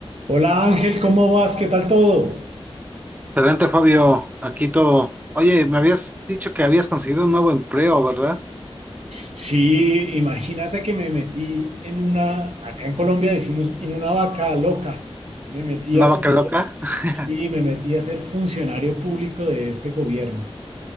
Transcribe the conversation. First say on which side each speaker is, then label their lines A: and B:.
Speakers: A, on the right; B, on the right.
A: Hola Ángel, ¿cómo vas? ¿Qué tal todo?
B: Excelente, Fabio. Aquí todo. Oye, me habías dicho que habías conseguido un nuevo empleo, ¿verdad?
A: Sí, imagínate que me metí en una, acá en Colombia decimos, en una vaca loca. Me metí
B: ¿Una
A: a ser,
B: vaca Sí, loca? <laughs>
A: sí, me metí a ser funcionario público de este gobierno.